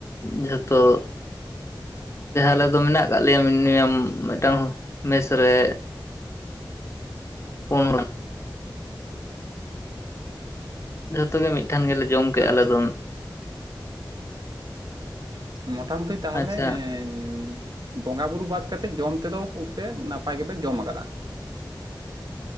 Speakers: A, on the left; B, on the right.
A: ᱡᱷᱚᱛᱚ ᱡᱟᱦᱟᱸ ᱟᱞᱮ ᱫᱚ ᱢᱮᱱᱟᱜ ᱠᱟᱜ ᱞᱮᱭᱟ ᱢᱤᱱᱤᱭᱟᱢ ᱢᱤᱫᱴᱟᱝ ᱢᱮᱥ ᱨᱮ ᱯᱳᱱ <unintelligible> ᱡᱷᱚᱛᱚᱜᱮ ᱢᱤᱫᱴᱷᱮᱱ ᱜᱮᱞᱮ ᱡᱚᱢ ᱠᱮᱜ
B: ᱟᱪᱪᱷᱟ
A: ᱟᱞᱮ ᱫᱚ᱾
B: ᱢᱚᱴᱟᱢᱩᱴᱤ ᱛᱟᱦᱚᱞᱮ
A: ᱟᱪᱪᱷᱟ
B: ᱮᱸ ᱩᱸ ᱵᱚᱸᱜᱟ ᱵᱩᱨᱩ ᱵᱟᱫ ᱠᱟᱛᱮᱜ᱾ ᱡᱚᱢ ᱛᱮᱫᱚ ᱠᱩᱯᱮ ᱱᱟᱯᱟᱭ ᱜᱮᱯᱮ ᱡᱚᱢ ᱟᱠᱟᱫᱟ᱾